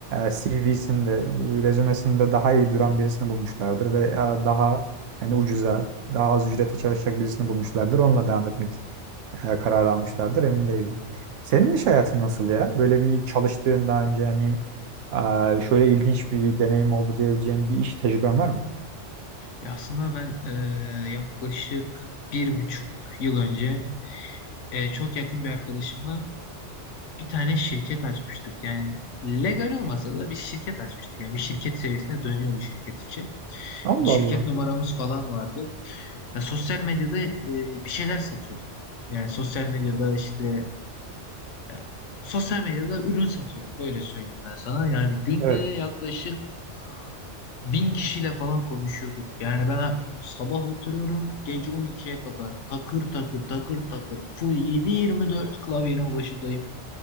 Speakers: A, on the right; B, on the left.
A: CV'sinde, rezümesinde daha iyi duran birisini bulmuşlardır ve e, daha hani ucuza, daha az ücrete çalışacak birisini bulmuşlardır. Onunla devam etmek e, kararı almışlardır emin değilim. Senin iş hayatın nasıl ya? Böyle bir çalıştığın daha önce hani e, şöyle ilginç bir deneyim oldu diyebileceğim bir iş tecrüben var mı?
B: ya aslında ben e, yaklaşık bir buçuk yıl önce e, çok yakın bir arkadaşımla bir tane şirket açmıştık. Yani legal olmasa da bir şirket açmıştık. Yani bir şirket seviyesine dönüyordu şirket içi.
A: Allah
B: Şirket
A: Allah.
B: numaramız falan vardı. Ya sosyal medyada e, bir şeyler satıyorduk. Yani sosyal medyada işte e, sosyal medyada ürün satıyorduk öyle söyleyeyim ben sana. Yani günde
A: Evet.
B: yaklaşık bin kişiyle falan konuşuyorduk. Yani ben sabah oturuyorum gece on ikiye kadar takır takır takır takır full yedi yirmi dört klavyenin başındayım.